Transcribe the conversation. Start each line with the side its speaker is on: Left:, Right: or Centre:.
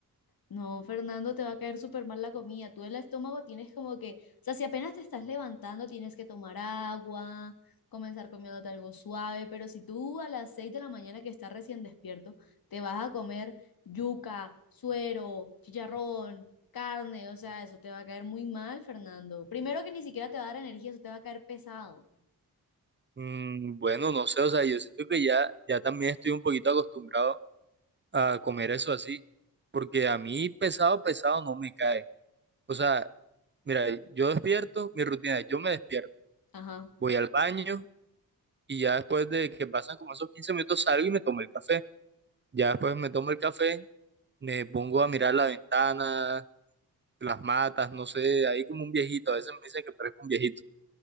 Left: No, Fernando, te va a caer súper mal la comida. Tú el estómago tienes como que, o sea, si apenas te estás levantando, tienes que tomar agua, comenzar comiéndote algo suave, pero si tú a las 6 de la mañana que estás recién despierto, te vas a comer yuca, suero, chicharrón, carne, o sea, eso te va a caer muy mal, Fernando. Primero que ni siquiera te va a dar energía, eso te va a caer pesado.
Right: Mm, bueno, no sé, o sea, yo siento que ya, ya también estoy un poquito acostumbrado a comer eso así, porque a mí pesado, pesado no me cae. O sea, mira, yo despierto, mi rutina es, yo me despierto,
Left: Ajá.
Right: voy al baño y ya después de que pasan como esos 15 minutos salgo y me tomo el café. Ya después me tomo el café, me pongo a mirar la ventana las matas, no sé, ahí como un viejito, a veces me dicen que parezco un viejito.